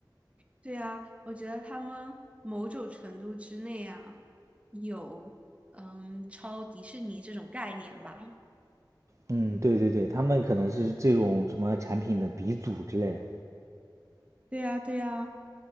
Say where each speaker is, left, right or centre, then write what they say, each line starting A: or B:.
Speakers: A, on the right; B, on the right.
A: 对啊，我觉得他们某种程度之内啊，有嗯超迪士尼这种概念吧。
B: 嗯，对对对，他们可能是这种什么产品的鼻祖之类的。
A: 对呀，对呀，